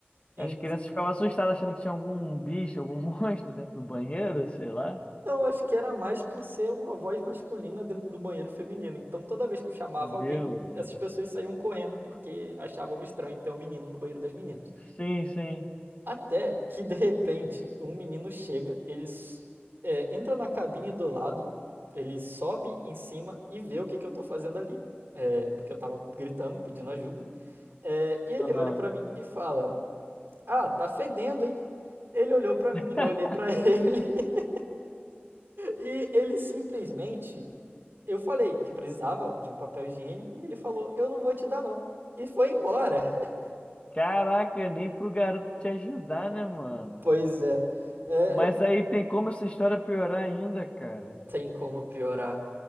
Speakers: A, on the right; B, on the left.
A: Então
B: As crianças ficavam assustadas achando que tinha algum bicho, algum <laughs> monstro dentro do banheiro, sei lá.
A: acho que era mais por ser uma voz masculina dentro do banheiro feminino. Então toda vez que eu chamava
B: Meu
A: alguém,
B: Deus.
A: essas pessoas saíam correndo porque achavam estranho ter um menino no banheiro das meninas.
B: Sim, sim.
A: Até que de repente um menino chega, ele é, entra na cabine do lado, ele sobe em cima e vê o que, que eu tô fazendo ali, é, porque eu tava gritando, pedindo ajuda, é, e ele
B: Aham.
A: olha pra mim e fala: Ah, tá fedendo, hein? Ele olhou pra mim,
B: <laughs>
A: eu olhei pra ele, <laughs> e ele simplesmente. Eu falei que precisava de um papel higiênico e ele falou: Eu não vou te dar, não. E foi embora. <laughs>
B: Caraca, nem pro garoto te ajudar, né, mano?
A: Pois é, é
B: Mas aí tem como essa história piorar ainda, cara?
A: tem como piorar.